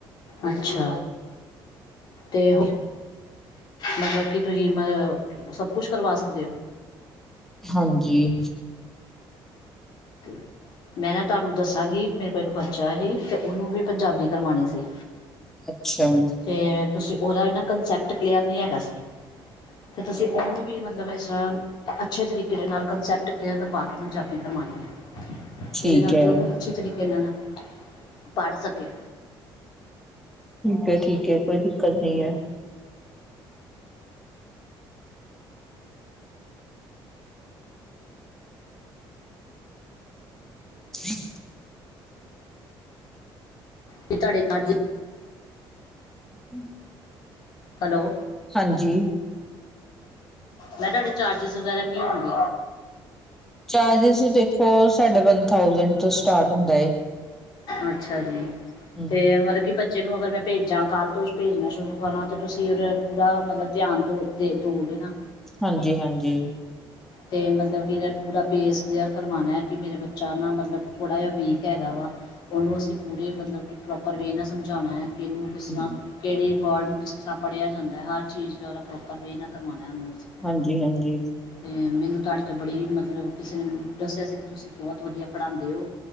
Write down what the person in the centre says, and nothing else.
ਹਾਂਜੀ।
ਅੱਛਾ ਊ
ਠੀਕ
ਹੈ
ਠੀਕ ਹੈ ਠੀਕ ਹੈ ਕੋਈ ਦਿੱਕਤ ਨਹੀਂ ਹੈ ਹੀ <inaudible>
ਹੂੰ,
ਹਾਂਜੀ।
ਚਾਰਜਿਸ ਦੇਖੋ ਸਾਡੇ ਵਨ ਥਾਊਸੈਂਡ ਤੋਂ ਸਟਾਰਟ ਹੁੰਦਾ।
ਹੂੰ।
ਹਾਂਜੀ ਹਾਂਜੀ।
ਜੀ
ਹਾਂਜੀ ਹਾਂਜੀ।